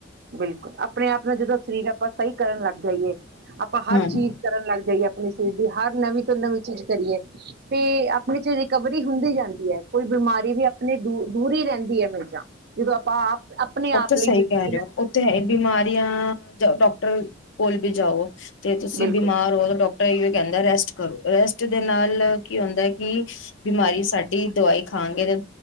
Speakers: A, on the right (about 55°); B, on the left (about 70°).
A: ਬਿਲਕੁਲ, ਆਪਣੇ ਆਪ ਨਾਲ ਜਦੋਂ ਸਰੀਰ ਆਪਾਂ ਸਹੀ ਕਰਨ ਲੱਗ ਜਾਈਏ, ਆਪਾਂ ਹਰ
B: ਹਮ।
A: ਚੀਜ਼ ਕਰਨ ਲੱਗ ਜਾਈਏ। ਆਪਣੀ ਸਿਹਤ ਦੀ ਹਰ ਨਵੀਂ ਤੋਂ ਨਵੀਂ ਚੀਜ਼ ਕਰੀਏ, ਤੇ ਆਪਣੇ 'ਚ ਰਿਕਵਰੀ ਹੁੰਦੀ ਏ। ਕੋਈ ਬਿਮਾਰੀ ਵੀ ਆਪਣੇ ਤੋਂ ਦੂਰ ਹੀ ਰਹਿੰਦੀ ਹੈ, ਮੇਜ਼ਾ ਜਦੋਂ ਆਪਾਂ ਆਪ। ਆਪਣੇ
B: ਉੱਥੇ
A: ਆਪ
B: ਸਹੀ
A: ਲਈ ਜ਼ਿੰਦਗੀ
B: ਕਹਿ ਰਹੇ
A: ਨਾਲ
B: ਹੋ, ਉੱਥੇ ਹੈ ਬਿਮਾਰੀਆਂ, ਡਾਕਟਰ ਕੋਲ ਵੀ ਜਾਓ। ਤੇ ਤੁਸੀਂ
A: ਬਿਲਕੁਲ
B: ਬਿਮਾਰ ਹੋ ਤਾਂ ਡਾਕਟਰ ਇਓ ਕਹਿੰਦਾ, ਰੈਸਟ। ਕਰੋ ਰੈਸਟ, ਦੇ ਨਾਲ ਕੀ ਹੁੰਦਾ ਕਿ? ਬਿਮਾਰੀ, ਸਾਡੀ ਦਵਾਈ। ਖਾਂਗੇ ਤਾਂ